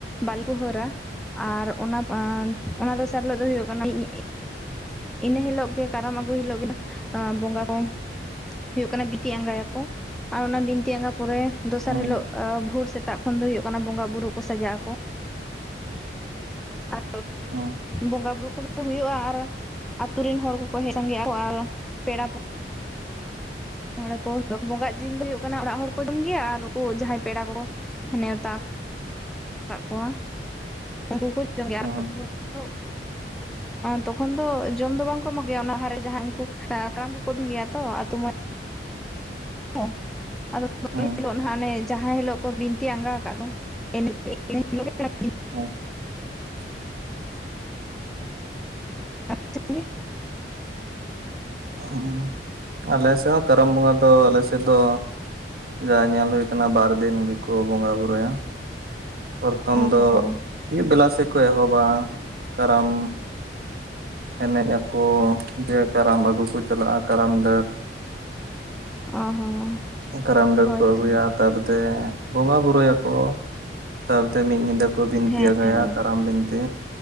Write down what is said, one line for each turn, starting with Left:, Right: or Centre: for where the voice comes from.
Centre: ᱵᱟᱹᱞᱤ ᱠᱚ ᱦᱟᱹᱨᱟ᱾ ᱟᱨ ᱚᱱᱟ ᱚᱱᱟ ᱫᱚᱥᱟᱨ ᱦᱤᱞᱳᱜ ᱫᱚ ᱦᱩᱭᱩᱜ ᱠᱟᱱᱟ ᱢᱤᱫ ᱤᱱᱟᱹ ᱦᱤᱞᱳᱜ ᱜᱮ ᱠᱟᱨᱟᱢ ᱟᱹᱜᱩᱭ ᱦᱤᱞᱳᱜ ᱜᱮ ᱵᱚᱸᱜᱟ ᱠᱚ ᱦᱩᱭᱩᱜ ᱠᱟᱱᱟ ᱵᱤᱛᱤ ᱟᱸᱜᱟᱭᱟᱠᱚ ᱟᱨ ᱚᱱᱟ ᱵᱤᱱᱛᱤ ᱟᱸᱜᱟ ᱯᱚᱨᱮ ᱫᱚᱥᱟᱨ
Right: ᱦᱩᱸ
Centre: ᱦᱤᱞᱳᱜ ᱵᱷᱳᱨ ᱥᱮᱛ ᱛᱟᱜ ᱠᱷᱚᱱ ᱫᱚ ᱦᱩᱭᱩᱜ ᱠᱟᱱᱟ ᱵᱚᱸᱜᱟ ᱵᱩᱨᱩ ᱠᱚ ᱥᱟᱡᱟᱜ ᱟᱠᱚ᱾ ᱟᱨ
Right: ᱚ
Centre: ᱵᱚᱸᱜᱟ ᱵᱩᱨᱩ ᱠᱚᱜᱮ ᱦᱩᱭᱩᱜ-ᱟ ᱟᱨ ᱟᱛᱩ ᱨᱮᱱ ᱦᱚᱲ ᱠᱚᱠᱚ ᱦᱮᱡ ᱥᱟᱸᱜᱮᱜ ᱟᱠᱚ ᱟᱨ ᱯᱮᱲᱟ <unintelligible> ᱵᱚᱸᱜᱟᱜ ᱡᱤᱞ ᱫᱚ ᱦᱩᱭᱩᱜ ᱠᱟᱱᱟ ᱚᱲᱟᱜ ᱦᱚᱲ ᱠᱚ ᱡᱚᱢ ᱜᱮᱭᱟ, ᱟᱨ ᱩᱠᱩ ᱡᱟᱦᱟᱸᱭ ᱯᱮᱲᱟ ᱠᱚ ᱱᱮᱣᱛᱟ ᱠᱟᱜ ᱠᱚᱣᱟ ᱩᱝᱠᱩ ᱠᱚ ᱡᱚᱢ ᱜᱮᱭᱟ
Right: ᱦᱩᱸ
Centre: <unintelligible>
Right: <inaudible>
Centre: ᱛᱚᱠᱷᱚᱱ ᱫᱚ ᱡᱚᱢ ᱫᱚ ᱵᱟᱝ ᱠᱚ ᱮᱢᱚᱜ ᱜᱮᱭᱟ, ᱚᱱᱟ ᱦᱟᱨ ᱨᱮ ᱡᱟᱦᱟᱸ ᱩᱝᱠᱩ ᱠᱟᱨᱟᱢ ᱠᱚ ᱫᱚᱱ ᱜᱮᱭᱟ ᱛᱚ ᱟᱛᱩ ᱢᱚᱸᱬᱮ <unintelligible> ᱟᱫᱚ <unintelligible> <unintelligible>
Right: ᱦᱩᱸ
Centre: ᱦᱤᱞᱳ ᱱᱟᱦᱟᱜ ᱚᱱᱮ ᱡᱟᱦᱟᱸ ᱦᱤᱞᱳᱜ ᱠᱚ ᱵᱤᱱᱛᱤ ᱟᱸᱜᱟ ᱠᱟᱜ ᱫᱚ <unintelligible>
Right: <unintelligible>
Centre: <unintelligible>
Right: ᱦᱩᱸ ᱟᱞᱮ ᱥᱮᱫ ᱦᱚᱸ ᱠᱟᱨᱟᱢ ᱵᱚᱸᱜᱟ ᱫᱚ ᱟᱞᱮ ᱥᱮᱫ ᱛᱮᱫᱚ ᱡᱟ ᱧᱮᱞ ᱦᱩᱭ ᱠᱟᱱᱟ ᱵᱟᱨ ᱫᱤᱱ ᱜᱮᱠᱚ ᱵᱚᱸᱜᱟ ᱵᱩᱨᱩᱭ-ᱟ᱾ ᱯᱚᱨᱛᱷᱚᱢ
Centre: ᱚ
Right: ᱫᱚ
Centre: ᱦᱚᱸ
Right: ᱟᱹᱭᱩᱵ ᱵᱮᱞᱟ ᱥᱮᱠᱚ ᱮᱦᱚᱵᱟ ᱠᱟᱨᱟᱢ ᱮᱱᱮᱡ ᱟᱠᱚ, ᱫᱤᱭᱮ ᱠᱟᱨᱟᱢ ᱟᱹᱜᱩ ᱠᱚ ᱪᱟᱞᱟᱜ-ᱟ ᱠᱟᱨᱟᱢ ᱰᱟᱹᱨ
Centre: ᱚ ᱦᱚᱸ
Right: ᱠᱟᱨᱟᱢ ᱰᱟᱹᱨ
Centre: ᱦᱳᱭᱛᱚ
Right: ᱠᱚ ᱟᱹᱜᱩᱭᱟ, ᱛᱟᱯᱚᱫᱮ ᱵᱚᱸᱜᱟ ᱵᱩᱨᱩ ᱨᱳᱭᱟᱠᱚ ᱛᱟᱯᱚᱨᱮ ᱢᱤᱫ ᱧᱤᱫᱟᱹ ᱠᱚ ᱵᱤᱱᱛᱤ
Centre: ᱦᱮᱸ
Right: ᱟᱸᱜᱟᱭᱟ,
Centre: ᱦᱮᱸ
Right: ᱠᱟᱨᱟᱢ ᱵᱤᱱᱛᱤ᱾